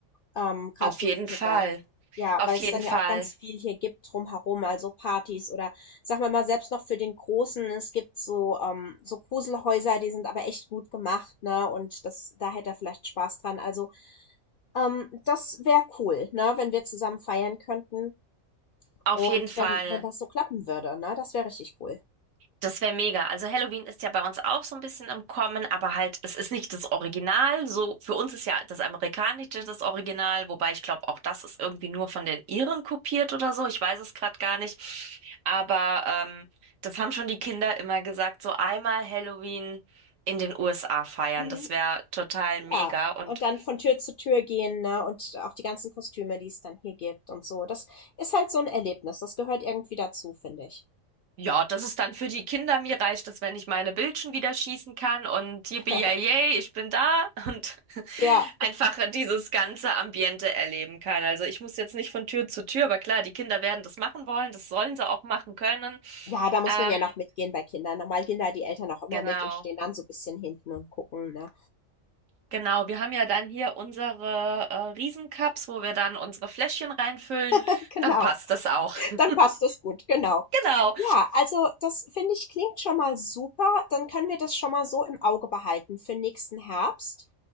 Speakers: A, on the left; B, on the right.
A: ähm, gerade
B: Auf
A: für
B: jeden
A: die Kinder.
B: Fall.
A: Ja,
B: Auf
A: weil
B: jeden
A: es dann
B: Fall.
A: ja auch ganz viel hier gibt drumherum, also Partys oder sagen wir mal selbst noch für den Großen, es gibt so ähm, so Gruselhäuser, die sind aber echt gut gemacht, ne? Und das, da hätte er vielleicht Spaß dran. Also ähm, das wäre cool, ne? Wenn wir zusammen feiern könnten
B: Auf
A: und
B: jeden Fall.
A: wenn wenn das so klappen würde, ne? Das wäre richtig cool.
B: Das wäre mega. Also Halloween ist ja bei uns auch so ein bisschen im Kommen, aber halt, es ist nicht das Original. So, für uns ist ja das Amerikanische das Original, wobei ich glaube, auch das ist irgendwie nur von den Iren kopiert oder so. Ich weiß es gerade gar nicht. Aber ähm, das haben schon die Kinder immer gesagt, so einmal Halloween in den USA feiern.
A: Mhm.
B: Das wäre total
A: Ja,
B: mega. Und
A: und dann von Tür zu Tür gehen, ne? Und auch die ganzen Kostüme, die es dann hier gibt und so. Das ist halt so ein Erlebnis. Das gehört irgendwie dazu, finde ich.
B: Ja, das ist dann für die Kinder. Mir reicht es, wenn ich meine Bildchen wieder schießen kann und yippie
A: <laughs>
B: yay, ich bin da und <laughs>
A: Ja.
B: einfach dieses ganze Ambiente erleben kann. Also ich muss jetzt nicht von Tür zu Tür, aber klar, die Kinder werden das machen wollen, das sollen sie auch machen können.
A: Ja, da muss
B: Ähm,
A: man ja noch mitgehen bei Kindern. Normal gehen da die Eltern auch immer
B: genau.
A: mit und stehen dann so ein bisschen hinten und gucken, ne?
B: Genau, wir haben ja dann hier unsere äh, Riesencups, wo wir dann unsere Fläschchen reinfüllen.
A: <laughs> Genau.
B: Dann passt das auch. <laughs>
A: Dann passt das gut, genau.
B: Genau.
A: Ja, also das finde ich klingt schon mal super. Dann können wir das schon mal so im Auge behalten für nächsten Herbst.